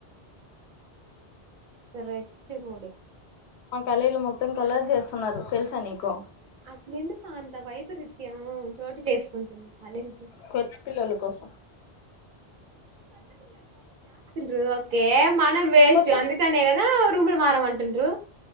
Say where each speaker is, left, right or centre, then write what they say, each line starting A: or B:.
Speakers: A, on the right; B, on the left.
A: రెస్ట్ కోడు
B: మా కాలేజీలో మొత్తం కలర్స్ వేస్తున్నారు తెలుసా నీకు
A: అది ఎందుకు అంత వైపరీత్యం చోటు చేసుకుంటుంది కాలేజ్ లో
B: కొత్త పిల్లోల్ల కోసం
A: ట్రూ ఓకే మనం వేస్ట్
B: కొత్త
A: అందుకనే కదా రూములు మారమంటుండ్రు